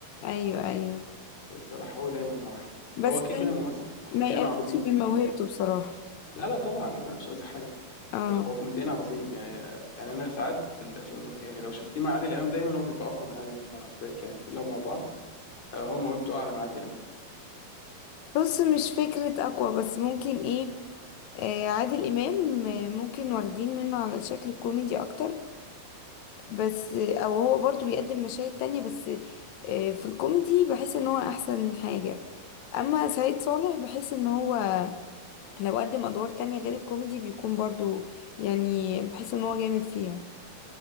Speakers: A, on the left; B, on the left.
A: ايوه ايوه
B: صلاح هو دايما مع حد
A: بس
B: هو
A: كان
B: كده كده ممثل كوميديان
A: ما يقلقش
B: عظيم
A: من موهبته
B: يعني
A: بصراحه
B: لا لا طبعا مش قصدي حاجه طبعا
A: اه
B: بس هو كوميديان عظيم يعني يعني انا ساعات ال- في يعني لو شفتيه مع عادل امام دايما هو بيبقى اقوى من عادل امام واخد بالك يعني الاثنين لو مع بعض آه، هو موهبته اعلى من عادل امام
A: بص مش فكرة أقوى بس ممكن إيه آه، عادل إمام آه، ممكن واخدين منه على الشكل الكوميدي أكتر بس آه، أو هو برضو بيقدم مشاهد تانية بس آه، في الكوميدي بحس إن هو أحسن حاجة أما سعيد صالح بحس إن هو لو قدم أدوار تانية غير الكوميدي بيكون برضو يعني بحس إن هو جامد فيها